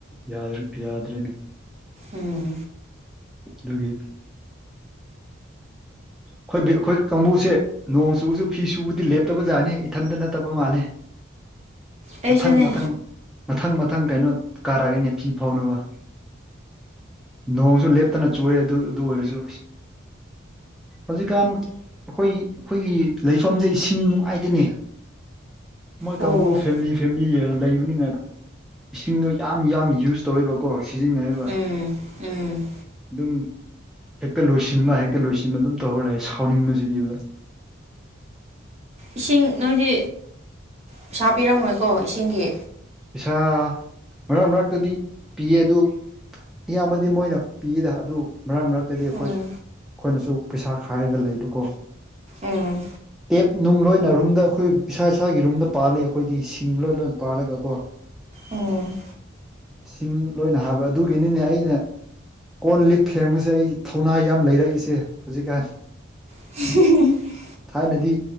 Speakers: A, in the centre; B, on the right.
A: ꯌꯥ ꯌꯥꯗ꯭ꯔꯦꯅꯦ
B: ꯎꯝ
A: ꯑꯗꯨꯒꯤ ꯑꯩꯈꯣꯏ ꯑꯩꯈꯣꯏ ꯀꯥꯡꯕꯨꯁꯦ ꯅꯣꯡ ꯆꯨꯕꯁꯨ ꯐꯤ ꯁꯨꯕꯗꯤ ꯂꯦꯞꯇꯕꯖꯥꯠꯅꯤ ꯏꯊꯟꯇ ꯅꯠꯇꯕ ꯃꯥꯜꯂꯦ
B: ꯑꯩꯁꯨꯅꯦ
A: ꯃꯊꯪ ꯃꯊꯪ ꯃꯊꯪ ꯃꯊꯪ ꯀꯩꯅꯣ ꯀꯥꯔꯛꯏꯅꯦ ꯐꯤ ꯐꯧꯅꯕ ꯅꯣꯡꯁꯨ ꯂꯦꯞꯇꯅ ꯆꯨꯏꯔꯦ ꯑꯗꯨ ꯑꯗꯨ ꯑꯣꯏꯔꯁꯨ ꯍꯧꯖꯤꯛꯀꯥꯟ ꯑꯩꯈꯣꯏ ꯑꯩꯈꯣꯏꯒꯤ ꯂꯩꯐꯝꯁꯦ ꯏꯁꯤꯡ ꯅꯨꯡꯉꯥꯏꯗ‌ꯦꯅꯦ ꯃꯣꯏ
B: ꯑꯣ
A: ꯀꯥꯡꯕꯨ ꯐꯦꯃꯤꯂꯤ ꯐꯦꯃꯤꯂꯤ ꯂꯩꯕꯅꯤꯅ ꯏꯁꯤꯡꯗꯣ ꯌꯥꯝ ꯌꯥꯝ ꯌꯨꯁ ꯇꯧꯋꯦꯕ ꯀꯣ ꯁꯤꯖꯤꯟꯅꯩꯕ
B: ꯎꯝ ꯎꯝ
A: ꯑꯗꯨꯝ ꯍꯦꯛꯇ ꯂꯣꯏꯁꯤꯟꯕ ꯍꯦꯛ ꯍꯦꯛꯇ ꯂꯣꯏꯁꯤꯟꯕ ꯑꯗꯨꯝ ꯇꯧꯔ ꯂꯥꯛꯑꯦ ꯁꯥꯎꯅꯤꯡꯕꯁꯤꯗꯤꯕ
B: ꯏꯁꯤꯡ ꯅꯣꯏꯗꯤ ꯄꯩꯁꯥ ꯄꯤꯔꯝꯃꯣꯏꯀꯣ ꯏꯁꯤꯡꯒꯤ
A: ꯄꯩꯁꯥ ꯃꯔꯛ ꯃꯔꯛꯇꯗꯤ ꯄꯤꯌꯦ ꯑꯗꯨ ꯏꯌꯥꯝꯕꯗꯤ ꯃꯣꯏꯅ ꯄꯤꯌꯦꯗ ꯑꯗꯨ ꯃꯔꯛ ꯃꯔꯛꯇꯗꯤ ꯑꯩꯈꯣꯏ
B: ꯎꯝ
A: ꯑꯩꯈꯣꯏꯅꯁꯨ ꯄꯩꯁꯥ ꯈꯥꯏꯔꯒ ꯂꯩꯕꯀꯣ
B: ꯑꯦ
A: ꯇꯦꯞ ꯅꯨꯡ ꯂꯣꯏꯅ ꯔꯨꯝꯗ ꯑꯩꯈꯣꯏ ꯏꯁꯥ ꯏꯁꯥꯒꯤ ꯔꯨꯝꯗ ꯄꯥꯜꯂꯤ ꯑꯩꯈꯣꯏꯗꯤ ꯁꯤꯡ ꯂꯣꯏ ꯂꯣꯏꯅ ꯄꯥꯜꯂꯒ ꯀꯣ
B: ꯎꯝ
A: ꯁꯤꯡ ꯂꯣꯏꯅ ꯍꯥꯏꯕ ꯑꯗꯨꯒꯤꯅꯤꯅꯦ ꯑꯩꯅ ꯀꯣꯟ ꯂꯤꯛ ꯐꯦꯡꯕꯁꯦ ꯑꯩ ꯊꯧꯅꯥ ꯌꯥꯝ ꯂꯩꯔꯛꯏꯁꯦ ꯍꯧꯖꯤꯛꯀꯥꯟ
B: <unintelligible>
A: ꯊꯥꯏꯅꯗꯤ